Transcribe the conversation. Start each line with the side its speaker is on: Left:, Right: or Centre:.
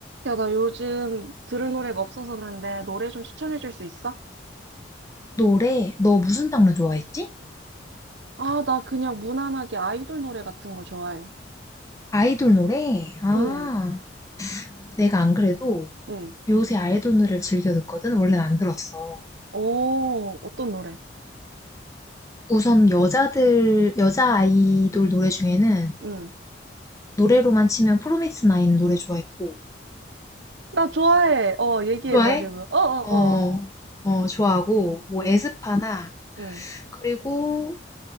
Right: 야, 나 요즘 들을 노래가 없어서 그런데 노래 좀 추천해 줄 수 있어?
Left: 노래? 너 무슨 장르 좋아했지?
Right: 아, 나 그냥 무난하게 아이돌 노래 같은 거 좋아해.
Left: 아이돌 노래? 아,
Right: 응,
Left: 내가 안 그래도
Right: 응.
Left: 요새 아이돌 노래를 즐겨 듣거든? 원래는 안 들었어.
Right: 오, 어떤 노래?
Left: 우선 여자들, 여자 아이돌 노래 중에는
Right: 응.
Left: 노래로만 치면 프로미스 나인 노래 좋아했고.
Right: 나 좋아해. 어, 얘기해
Left: 좋아해?
Right: 봐, 걔 뭐. 어, 어,
Left: 어,
Right: 어.
Left: 어, 좋아하고, 뭐,
Right: 응,
Left: 에스파나,
Right: 응.
Left: 그리고,